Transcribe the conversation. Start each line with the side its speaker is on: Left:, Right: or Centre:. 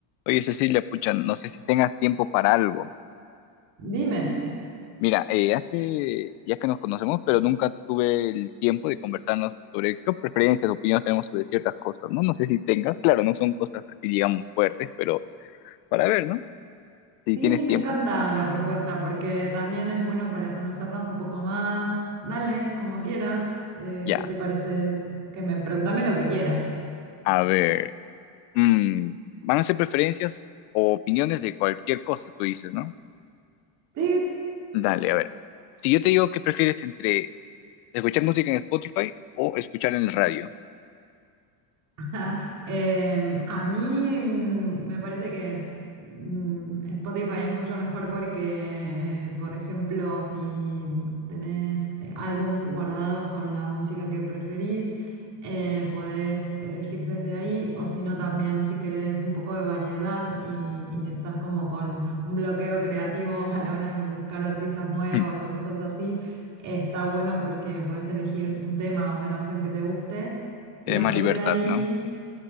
Left: Oye, Cecilia, pucha, no sé si tengas tiempo para algo.
Right: Dime,
Left: Mira, eh, hace ya que nos conocemos, pero nunca tuve el tiempo de conversarnos sobre qué preferencias, opiniones tenemos sobre ciertas cosas, ¿no? No sé si tengas, claro, no son cosas así, digamos, fuertes, pero para ver, ¿no? Si
Right: sí,
Left: tienes
Right: me
Left: tiempo,
Right: encanta la propuesta porque también es bueno para conocernos un poco más. Dale, como quieras. Eh,
Left: ya.
Right: ¿qué te parece? Que me preguntame lo que quieras.
Left: A ver, mm, van a ser preferencias o opiniones de cualquier cosa, tú dices, ¿no?
Right: Sí,
Left: Dale, a ver. Si yo te digo que prefieres entre escuchar música en Spotify o escuchar en el radio,
Right: <laughs> Ah, Em, a mí mm, me parece que mm, Spotify es mucho mejor porque, eh, por ejemplo, si tenés eh, álbums guardados con la música que preferís, eh, podés elegir desde ahí, o si no, también si querés un poco de variedad y, y estás como con un bloqueo creativo <laughs> a la hora de buscar artistas nuevos
Left: <laughs> Hmm,
Right: o cosas así, está bueno porque podés elegir un tema o una canción que te guste.
Left: tienes
Right: Y a
Left: más
Right: partir
Left: libertad,
Right: de ahí
Left: ¿no?